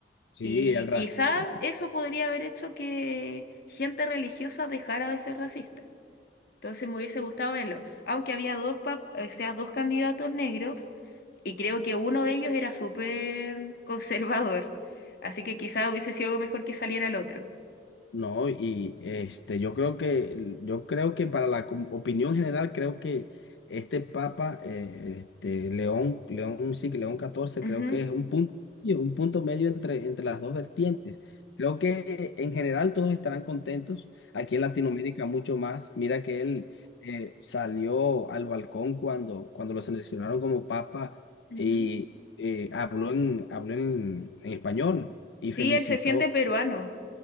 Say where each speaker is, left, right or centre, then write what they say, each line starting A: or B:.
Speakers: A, on the left; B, on the left.
A: sí,
B: y
A: el racismo.
B: quizás eso podría haber hecho que gente religiosa dejara de ser racista. Entonces me hubiese gustado verlo, aunque había dos, pap- o sea, dos candidatos negros y creo que uno de ellos era súper <laughs> conservador, así que quizás hubiese sido mejor que saliera el otro.
A: No, y este, yo creo que, yo creo que para la com- opinión general, creo que este Papa, eh, este, León, León, sí, que León catorce
B: Ujú,
A: creo que es un punto, medio, un punto medio entre, entre las dos vertientes. Creo que en general todos estarán contentos. Aquí en Latinoamérica mucho más. Mira que él eh, salió al balcón cuando, cuando lo seleccionaron como Papa
B: ujú.
A: y eh, habló en, habló en en español y felicitó
B: Sí, él se siente peruano.